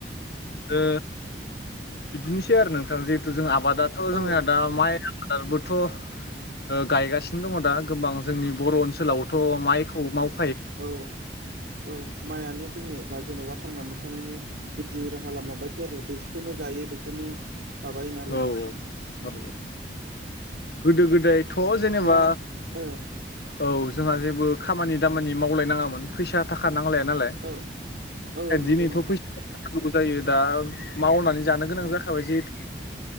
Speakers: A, on the left; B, on the right.
A: ओ बिदिनोसै आरो नोंथां जिहेथु जों आबादाथ' जोंहा
B: औ
A: दा माइ <inaudible> थ' ओ गायगासिनो दङ दा गोबां जोंनि बर' ओनसोलावथ' माइखौ माव
B: औ औ माइआनो जोंनि म जेन'बा थांनानै थानायनि गुदि राहा लामा बायदि आरो बेसखौनो जायो बेखौनो माबायो नालाय
A: औ औ <inaudible> औ गोदो गोदायथ' जेनेबा
B: होमबा ओ
A: औ जोंहा जेबो खामानि दामानि मावलायनाङामोन फैसा थाखा नांलाया नालाय
B: औ औ नंगौ
A: दिनैथ'
B: नोंथां
A: फै <inaudible> जायो दा मावनानै जानो गोनां
B: औ
A: जाखाबाय जिहेथु